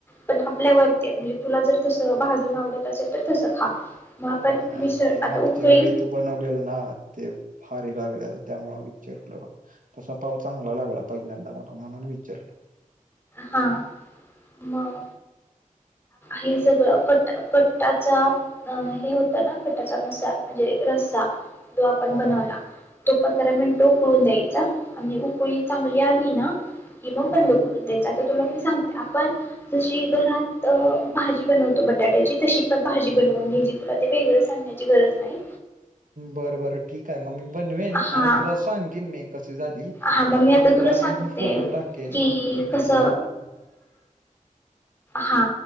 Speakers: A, on the left (about 15°); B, on the right (about 70°).
A: पण आपल्यावर म्हणजे तुला जर तसं भाजून आवडत असेल तर तसं खा. मग आपण
B: नाही
A: मिसळ
B: ते
A: आता
B: मागच्या
A: उकळी
B: वेळी तू बनवलेल ना ते फार <unintelligible> त्यामुळ विचारलं तसा पाव चांगला लागला पहिल्यांदा मला म्हणून विचारलं.
A: हा मग हे सगळं कट कट्टाचा अ हे होतं ना कट्टाचा मसा म्हणजे रस्सा तो आपण
B: हा
A: बनवला. तो पंधरा मिनिट उकळून द्यायचा आणि उकळी चांगली आली ना की मग बंद
B: हा
A: कर. आता तुला मी सांगते आपण जशी घरात भाजी बनवतो बटाट्याची तशी पण भाजी बनवून घ्यायची तुला ते वेगळ सांगण्याची गरज नाही.
B: बरं बरं ठीक आहे मग मी बनवेन
A: हा
B: आणि तुला सांगेन मी कशी झाली
A: हा मग मी आता तुला सांगते
B: मग मी फोटो टाकेल
A: कि
B: की कसा
A: कस
B: झालेला
A: हा